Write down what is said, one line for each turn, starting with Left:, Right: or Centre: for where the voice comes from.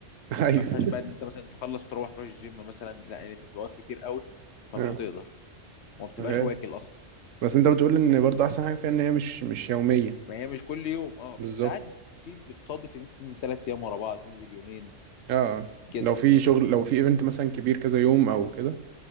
Right: <laughs> ايوه
Left: ما فيهاش بقى ان انت مثلا تخلص وتروح تروح الجيم مثلا لا يعني انت بتبقى واقف كتير قوي فمش
Right: اه
Left: هتقدر وما بتبقاش
Right: غير.
Left: واكل اصلا
Right: بس انت بتقول ان برضو احسن حاجة فيها ان هي مش مش يومية
Left: ما هي مش كل يوم اه بس
Right: بالظبط
Left: ساعات في بتصادف ان انت تنزل ثلاث ايام ورا بعض تنزل يومين
Right: اه
Left: كده
Right: لو في شغل لو في ايفنت مثلا كبير كذا يوم او كده